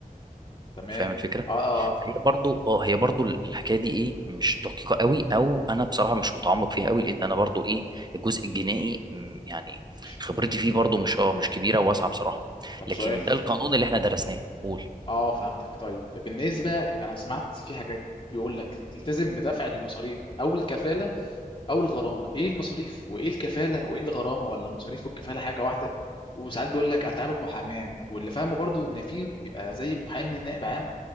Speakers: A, on the left (about 35°); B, on the right (about 30°).
A: تمام
B: فاهم الفكره
A: اه اه اه
B: فهي برضو اه هي برضو الحكايه دي ايه مش دقيقه قوي او انا بصراحه مش متعمق فيها قوي لان انا برضو ايه الجزء الجنائي م، يعني
A: مش-
B: خبرتي فيه برضو مش اه مش كبيره وواسعه بصراحه
A: طب
B: لكن
A: سؤال
B: ده القانون اللي احنا درسناه قول
A: اه فهمتك طيب بالنسبة انا سمعت في حاجات بيقول لك تلتزم بدفع المصاريف او الكفالة او الغرامة ايه المصاريف وايه الكفالة وايه الغرامة ولا المصاريف والكفالة حاجة واحدة وساعات بيقول لك اتعاب المحاماة واللي فاهمه برضو ان في بيبقى زي محامي نائب عام